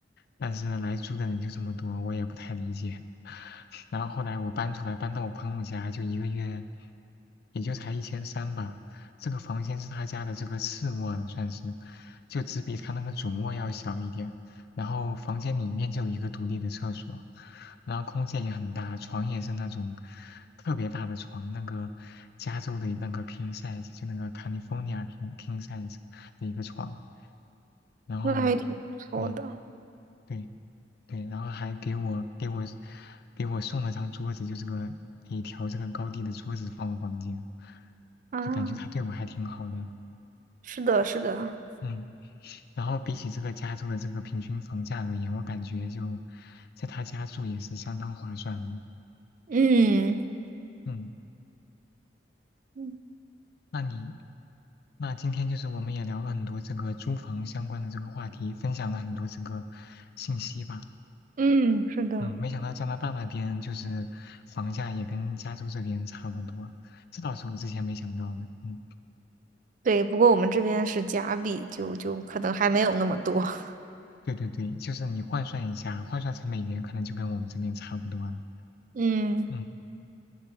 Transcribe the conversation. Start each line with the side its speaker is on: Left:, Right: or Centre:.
Left: 但是来租的人就这么多，我也不太理解。<laughs> 然后后来我搬出来，搬到我朋友家，就一个月也就才一千三吧。这个房间是他家的这个次卧了算是，就只比他那个主卧要小一点。然后房间里面就有一个独立的厕所。然后空间也很大，床也是那种特别大的床，那个加州的那个 king size，就那个 California king king size 的一个床，然后
Right: 那还挺不错的
Left: 对对对，然后还给我给我给我送了张桌子，就这个可以调这个高低的桌子放我房间，
Right: 啊。
Left: 就感觉他对我还挺好的，
Right: 是的，是的，
Left: 嗯。然后比起这个加州的这个平均房价而言，我感觉就在他家住也是相当划算了。
Right: 嗯
Left: 嗯。
Right: 嗯，
Left: 那你，那今天就是我们也聊了很多这个租房相关的这个话题，分享了很多这个信息吧。
Right: 嗯，是的，
Left: 嗯，没想到加拿大那边就是房价也跟加州这边差不多，这倒是我之前没想到的。嗯，
Right: 对。不过我们这边是假币，就就可能还没有那么多。<laughs>
Left: 对对对，就是你换算一下，换算成美元可能就跟我们这边差不多了。
Right: 嗯
Left: 嗯，